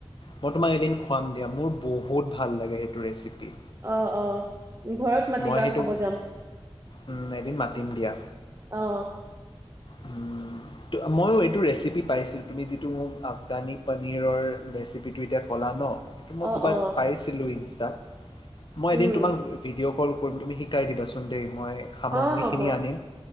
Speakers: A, on the left; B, on the right.
A: মই তোমাক এদিন খুৱাম দিয়া, মোৰ বহুত ভাল লাগে সেইটো ৰেচিপি।
B: অ', অ' ঘৰত মাতিবা
A: মই সেইটো
B: খাব যাম
A: উম, এদিন মাতিম দিয়া।
B: অ
A: উম। মইয়ো এইটো ৰেচিপি পাইছিলোঁ তুমি যিটো মোক আফগানি পনীৰৰ ৰেচিপিটো এতিয়া ক'লা ন। এইটো মই
B: অ
A: ক'বাত
B: অ
A: পাইছিলো ইনষ্টাত। মই
B: উম
A: এদিন তোমাক ভিডিঅ' কল কৰিম তুমি শিকাই দিবাচোন দেই, মই সামগ্ৰীখিনি
B: অ হ'ব
A: আনিম।